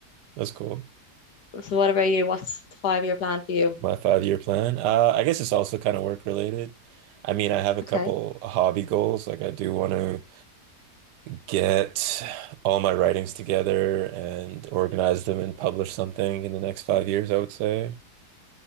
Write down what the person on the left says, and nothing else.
So what about you? What's the five year plan for you?
Okay.